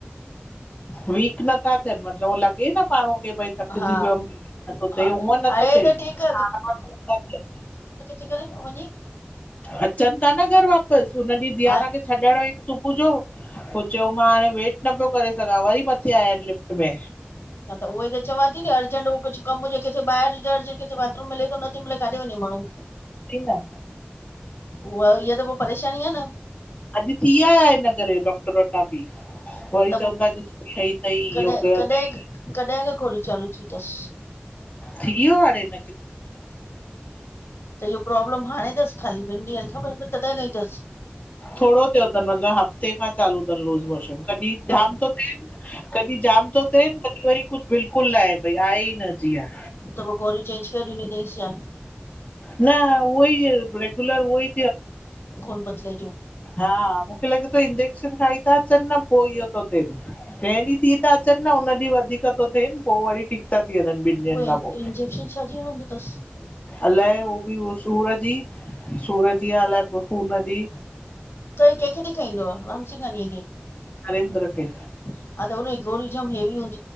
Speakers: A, on the left; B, on the left.
A: <inaudible>
B: वीक नथा थियनि मतिलबु उह लॻे न माणू। भई थकिजी
A: हा
B: पियो न थिए
A: हा
B: अं नथो
A: आहे
B: थिए।
A: त ठीक ठ करे वञी।
B: अचंता न घर वाप हुन ॾींहुं धयाना
A: हा
B: खे छॾण सुबुह जो पो चयो मां हाणे वेट न पियो करे। वरी मथे आया आहिनि लिफ्ट में।
A: हा त त चवां थी न अर्जेंट हो कुझु कम हुजे किथे ॿहिरि हुजे अर्जट किथे बाथरूम मिले नथ मिले। काॾे वञे माण्हू
B: सही न
A: उहा इहा त पोइ परेशानी आहे न।
B: अॼु थी आया आहि इन करे डॉक्टर वटां बि वरी
A: त
B: चवनि
A: पो
B: था ॾिसई अथई
A: कॾहिं
B: योगा
A: कॾहिं
B: तई
A: कॾहिं खां गोरियूं चालू थियूं तस
B: थी वियो हाणे न
A: त इहो प्रॉब्लम हाणे अथसि ख़ाली ॿिनि ॾींहंनि खां ब पोइ तॾहिं खांई अथसि।
B: थोड़ो थियो तस मतलब हफ्ते खां चालू त लूस मोशन कॾ थिए
A: त
B: कुझु बिल्कुलु न आहे भई आहे ई न जीअं।
A: त पोइ गोरू चेंज करे ॾिनी छा?
B: न उहई रेग्युलर उई।
A: कोन बदले जो?
B: हा मूंखे लॻे थो इंजेक्शन खाई था अचनि न पोइ इहो तो थे। जें डीयं थी था अचनि। सॾ न हुन ॾींहुं वधीक थो थे। पोइ वरी ठीक था थनि। वञ ॿिनि ॾींहनि
A: उहे
B: खां पोइ,
A: इंजेक्शन छाजी हणंदो अथसि
B: अलाए उह। सूर जी सूर जी आहे अलाए खून जी।
A: त ई कंहिंखे डेखाईंदो आहे रामसिंगानी खे? हा
B: नरेंद्र खे
A: त हुनजी गोली। <unintelligible>